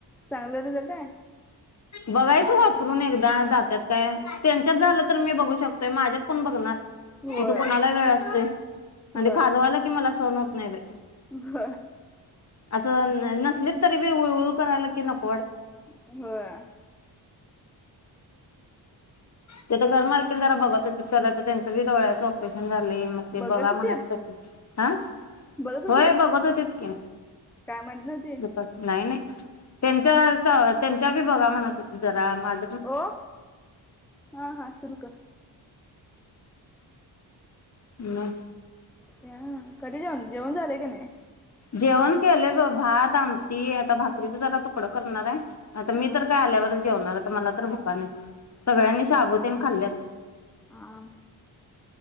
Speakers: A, in the centre; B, on the left (about 35°).
A: चांगलं रिजल्ट आय?
B: बघायचं वापरून एकदा जात्यात काय, त्यांच्यात झालं तर मी बघू शकतोय, माझ्यात कोण बघणार.
A: होय
B: इथ कूणाला वेळ असतोय, आणि
A: होय
B: ते खाजवाल कि मला सण होत नाई बई
A: <unintelligible>
B: असं नसलीत तरी बी उळ उळ करायला की नक
A: होय.
B: ते तर घर मालकीण जरा बघत होते खर तर त्यांचं बी डोळ्याच ऑपरेशन झाले मग ते
A: बघत
B: बघा
A: होतीत
B: म्हणायच हं
A: बघत होते
B: होय बघत होतेत की
A: काय म्हणत नव्हते
B: नाही नाही त्यांच्या <inaudible> त्यां च्या बी बघा म्हणत जरा माझ
A: ओ हा हा सुरू कर.
B: म.
A: त्या कधी जाऊन जेऊन झाले काय नाय.
B: जेवण केलंय ब भात आमटी आता भाकरीच जरा तुकड करणार आहे. आता
A: हा
B: मी तर काय आल्यावरच जेवणार मला तर भुका नाहीत. सगळ्यांनी
A: हा हा
B: शाबु तेन खाल्ल्यात.
A: हा